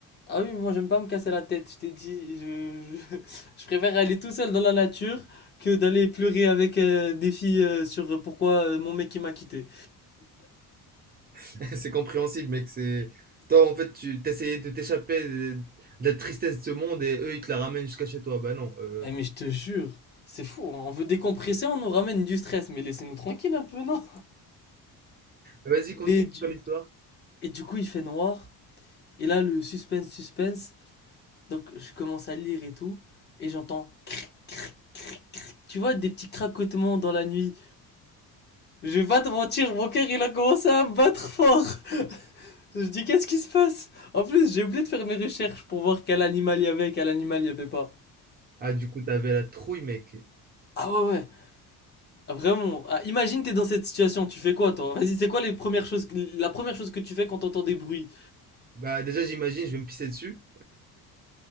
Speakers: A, on the left; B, on the right.
A: Ah oui, moi j'aime pas me casser la tête, je t'ai dit, je, je, <laughs> je préfère aller tout seul dans la nature que d'aller pleurer avec euh, des filles euh, sur euh, pourquoi euh, mon mec il m'a quitté.
B: <laughs> C'est compréhensible, mec. C'est toi en fait tu t'essayais de t'échapper de, de la tristesse de ce monde et eux ils te la ramènent jusqu'à chez toi. Bah non. euh,
A: Ah, mais je te jure, c'est fou, hein, on veut décompresser, on nous ramène du stress, mais laissez-nous tranquille un peu, non?
B: Vas-y, continue
A: Et du,
B: ton histoire.
A: et du coup il fait noir, et là le suspense, suspense, donc je commence à lire et tout, et j'entends cric, cric, cric, cric. tu vois, des petits craquements dans la nuit. Je vais pas te mentir, mon cœur il a commencé à battre fort. Je dis, qu'est-ce qui se passe? En plus, j'ai oublié de faire mes recherches pour voir quel animal il y avait, quel animal il y avait pas.
B: Ah, du coup, t'avais la trouille, mec.
A: Ah ouais, ouais. Ah, vraiment. Ah, imagine, t'es dans cette situation. Tu fais quoi, toi? Vas-y, c'est quoi les premières choses, la première chose que tu fais quand t'entends des bruits?
B: Bah, déjà, j'imagine, je vais me pisser dessus.